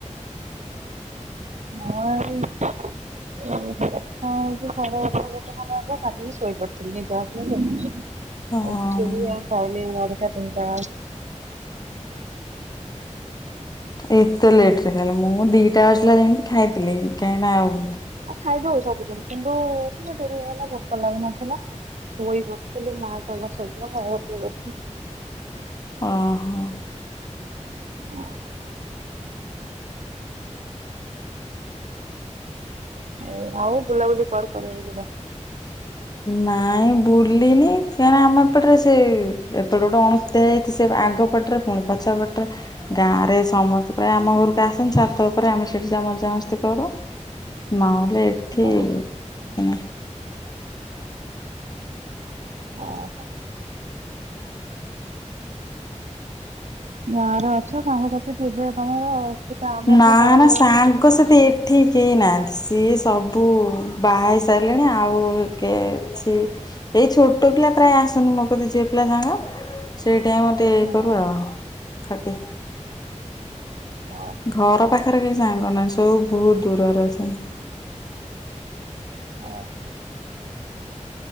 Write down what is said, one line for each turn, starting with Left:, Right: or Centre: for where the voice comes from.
Right: ମୋର <inaudible> ହଁ ଏଇଠି ସାଢ଼େ ଗୋଟେ ଗୋଟେ ଖଣ୍ଡେ ହବ ଗାଧେଇକି ଶୋଇ ପଡିଥିଲି ନିଦ ଆସିଲା ତ
Left: ହୁଁ ହଁ।
Right: ଉଠିକି ଆଉ ଖାଇଲି ନଅଟା ତିନିଟା ବେଳେ
Left: ଏତେ ଲେଟ ରେ ଖାଇଲ। ମୁଁ ଦିଟା ଆସିଲା ଯେମିତି ଖାଇଥିଲି କାହିଁକି ନା ଆଉ
Right: ଆ ଖାଇଦଉ ସବୁଦିନ କିନ୍ତୁ ଟିକେ ଡେରି ହେଇଗଲା ଭୋକ ଲାଗୁନଥିଲା। ପୋଇ କରିଥିଲୁ, ମା ତାଙ୍କର ଶାଗ ଆଉ ଯୋଉ ଛୁଇଁ
Left: ଓହୋ।
Right: ହଁ। ଏ ଆଉ ବୁଲାବୁଲି କୁଆଡ଼େ କରିଆକୁ ଯିବ?
Left: ନାଇଁ ବୁଲିନି କାରଣ ଆମ ଏପଟରେ ସେ ଏପଟେ ଗୋଟେ ଅଣସୁଦିଆ ହେଇଯାଇଛି ସେ ଆଗ ପଟରେ ପୁଣି ପଛ ପଟରେ। ଗାଁରେ ସମସ୍ତେ ପ୍ରାୟ ଆମ ଘରକୁ ଆସନ୍ତି ଛାତ ପରେ ଆମେ ସେଠି ମଜା ମସ୍ତି କରୁ। ମା ହେଲେ ଏଠି
Right: ଆଉ
Left: ସେମାନେ
Right: ଓହୋ। ଗାଁରେ ଅଛ ସାଙ୍ଗସାଥି ଥିବେ ତମର ଆଉ। ଏଠି ତ ଆମେ
Left: ନା
Right: ବାହାରେ
Left: ନା ସାଙ୍ଗସାଥି
Right: ରହିଲେ ତ କେହି
Left: ଏଠି କେହି ନାହାନ୍ତି ସିଏ ସବୁ ବାହା ହେଇ ସାରିଲେଣି ଆଉ କିଏ ଅଛି ଏଇ ଛୋଟ ପିଲା ପ୍ରାୟ ଆସନ୍ତି ମୋ କତିକି ଝିଅ ପିଲା ସାଙ୍ଗ ସେ ଇ ଆମର ଟିକେ
Right: ହଁ
Left: ଇଏ କରୁ ଆଉ। ଖଟେ।
Right: ଓହୋ
Left: ଘର ପାଖ ପାଖରେ କେହି ସାଙ୍ଗ ନାହାଁନ୍ତି ସବୁ ବହୁତ ଦୂରରେ ଅଛନ୍ତି।
Right: ଓ